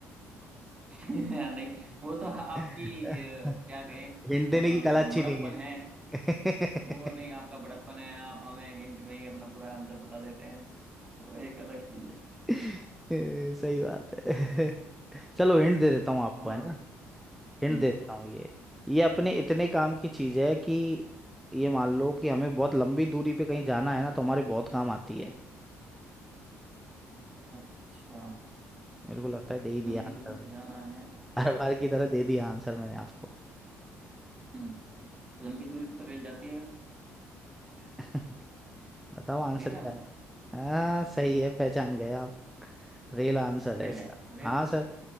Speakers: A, on the right; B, in the centre.
A: <laughs> नहीं वो तो
B: <laughs>
A: आपकी अ, क्या कहें
B: हिंट
A: अ,
B: देने की कला अच्छी
A: बड़प्पन
B: नहीं है
A: है वो
B: <laughs>
A: नहीं आपका बड़प्पन है आप हमें हिंट में ही अपना पूरा आंसर बता देते हैं वो एक अलग चीज है
B: <laughs> सही बात है <laughs> चलो हिंट दे देता हूँ आपको
A: और
B: है ना
A: बताओ
B: हिंट
A: हम्म
B: दे देता हूँ ये ये अपने इतने काम की चीज है कि ये मान लो कि हमें बहुत लंबी दूरी पे कहीं जाना है ना तो हमारे बहुत काम आती है
A: अच्छा
B: मेरे को लगता है दे ही दिया
A: लंबी
B: आंसर
A: दूरी
B: मैंने
A: पे जाना है
B: हर बार की तरह दे दिया आंसर मैंने आपको
A: हम्म लंबी दूरी पे तो रेल जाती है वैसे
B: <laughs> बताओ आंसर
A: रेल है
B: क्या
A: आंसर
B: है हाँ सही है पहचान गए आप रियल आंसर
A: रेल
B: है इसका
A: है रेल
B: हाँ सर